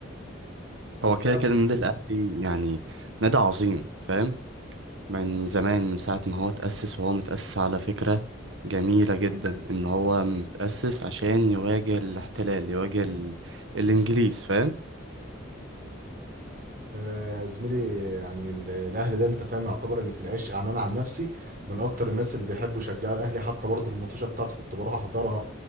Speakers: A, on the right; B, on the right.
A: وتلاقي
B: هو كده كده النادي الأهلي يعني نادي عظيم فاهم من زمان من ساعة ما هو اتأسس وهو متأسس على فكرة جميلة جدا إن هو متأسس عشان يواجه الاحتلال يواجه ال... الإنجليز فاهم
A: آه، زميلي يعني ال- الاهلي ده انت فاهم يعتبر اللي في العيش يعني انا عن نفسي من اكتر الناس اللي بيحبوا يشجعوا الاهلي حتى برضه الماتشات بتاعته كنت بروح احضرها